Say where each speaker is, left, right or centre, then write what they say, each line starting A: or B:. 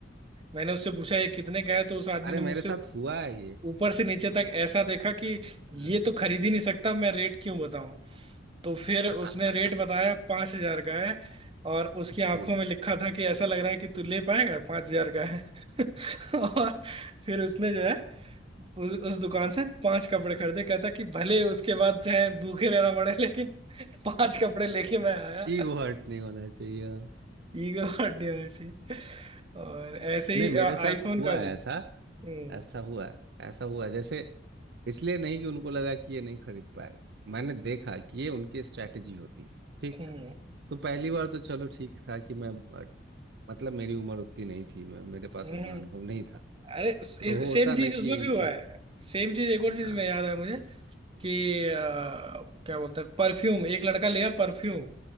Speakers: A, on the right (about 30°); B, on the right (about 65°).
A: मैंने उससे पूछा ये कितने का है तो उस आदमी
B: अरे
A: ने मुझसे
B: मेरे साथ हुआ है ये
A: ऊपर से नीचे तक ऐसा देखा कि
B: हाँ।
A: ये तो खरीद ही नहीं सकता मैं रेट क्यों बताऊं तो फिर
B: <laughs>
A: उसने रेट बताया पांच हजार का है और उसकी आंखों
B: हम्म
A: में लिखा था कि ऐसा लग रहा है कि तू ले पाएगा पांच हजार का है <laughs> और फिर उसने जो है उस, उस दुकान से पांच कपड़े खरीदे कहता कि भले उसके बाद चाहे भूखे रहना पड़े लेकिन पांच कपड़े लेके मैं आया
B: ईगो हर्ट नहीं होना चाहिए
A: ईगो हर्ट ऐसी और ऐसे
B: नहीं
A: ही
B: मेरे साथ
A: आईफोन
B: हुआ
A: का
B: है
A: भी
B: ऐसा
A: हम्म
B: ऐसा हुआ है ऐसा हुआ है जैसे इसलिए नहीं कि उनको लगा कि ये नहीं खरीद पाएगा मैंने देखा कि ये उनकी स्ट्रैटेजी होती है ठीक
A: हम्म
B: तो पहली बार तो चलो ठीक था कि मैं मतलब मेरी उम्र उतनी नहीं थी मैं मेरे पास
A: हम्म।
B: उतना अनुभव नहीं था
A: अरे
B: तो वो
A: सेम
B: होता
A: चीज
B: ना कि
A: उसमें भी हुआ
B: एक
A: है सेम चीज एक और चीज
B: हाँ,
A: में याद है मुझे कि अ, क्या बोलते हैं परफ्यूम एक लड़का लिया परफ्यूम